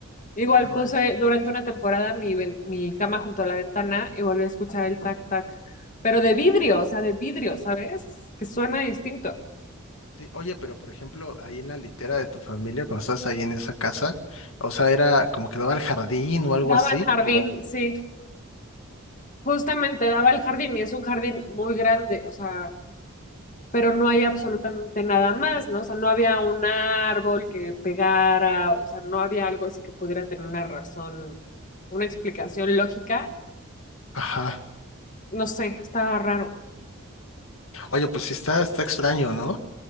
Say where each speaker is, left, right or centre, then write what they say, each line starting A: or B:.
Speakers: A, on the left (about 40°); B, on the left (about 70°).
A: Igual
B: no
A: puse
B: manches.
A: durante una temporada mi, ven- mi cama junto a la ventana y volví a escuchar el tac tac, pero de vidrio, o sea, de vidrio, ¿sabes? Que suena distinto.
B: Sí, oye, pero por ejemplo, ahí en la litera de tu familia, cuando estás ahí en esa casa, o sea, era como que daba al jardín o algo
A: Daba
B: así,
A: al jardín,
B: o...
A: sí, justamente daba al jardín y es un jardín muy grande, o sea, pero no hay absolutamente nada más, ¿no? O sea, no había un árbol que pegara, o sea, no había algo así que pudiera tener una razón, una explicación lógica.
B: Ajá.
A: No sé, estaba raro.
B: Oye, pues sí está, está extraño, ¿no?